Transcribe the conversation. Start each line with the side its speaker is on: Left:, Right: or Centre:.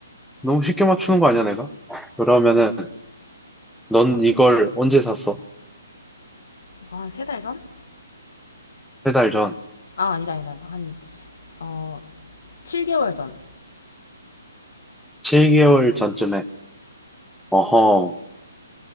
Centre: 너무 쉽게 맞추는 거 아니야, 내가? 그러면은, 넌 이걸 언제 샀어?
Left: 이거 한 세 달 전?
Centre: 세 달 전.
Left: 아, 아니다, 아니다. 한, 어, 7개월 전.
Centre: 7개월 전쯤에. 어허.